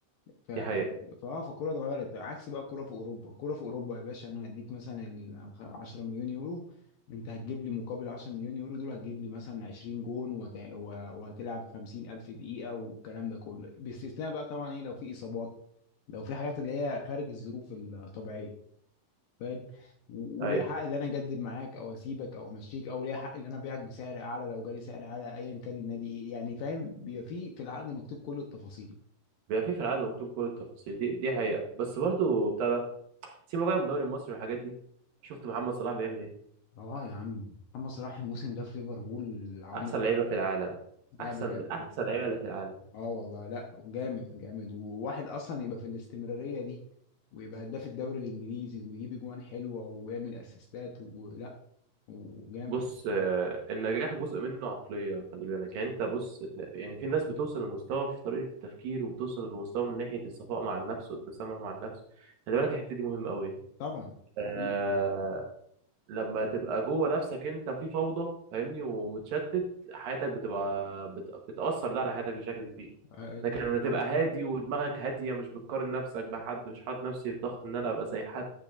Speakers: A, on the left (about 70°); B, on the right (about 70°).
A: ف ف
B: دي حقيقه
A: فاه فالكوره اتغيرت عكس بقى الكوره في اوروبا الكوره في اوروبا يا باشا انا هديك مثلا ال 10 مليون يورو انت هتجيب لي مقابل 10 مليون يورو دول هتجيب لي مثلا 20 جون وهت... و- وهتلعب 50 الف دقيقه والكلام ده كله باستثناء بقى طبعا ايه لو في اصابات لو في حاجات اللي هي خارج الظروف الطبيعيه فاهم و-
B: ايوه
A: وليه حق ان انا اجدد معاك او اسيبك او امشيك او ليه حق ان انا ابيعك بسعر اعلى لو جالي سعر اعلى ايا كان النادي ايه يعني فاهم بيبقى في في العقد مكتوب كل التفاصيل
B: بيبقى في في العقد مكتوب كل التفاصيل دي دي حقيقه بس برضو بتاع ده سيبك بقى من الدوري المصري والحاجات دي شفت محمد صلاح بيعمل ايه
A: اه يا عم محمد صلاح الموسم ده في ليفربول عامل
B: احسن لعيبه في العالم
A: لا
B: احسن
A: بجد
B: من احسن لعيبه اللي في العالم
A: اه والله لا جامد جامد وواحد اصلا يبقى في الاستمراريه دي ويبقى هداف الدوري الانجليزي ويجيب اجوان حلوه ويعمل اسيستات ولا وجامد
B: بص آه، النجاح جزء منه عقلية خلي بالك يعني انت بص يعني في ناس بتوصل لمستوى في طريقة التفكير وبتوصل لمستوى من ناحية الصفاء مع النفس والتسامح مع النفس خلي بالك الحتة دي مهمة قوي
A: طبعا
B: آه
A: حقيقي
B: لما تبقى جوه نفسك انت في فوضى فاهمني ومتشتت حياتك بتبقى بت... بتأثر ده على حياتك بشكل كبير
A: آه،
B: لكن لما تبقى
A: طبعا
B: هادي ودماغك هادية مش بتقارن نفسك بحد مش حاطط نفسي في ضغط ان انا ابقى زي حد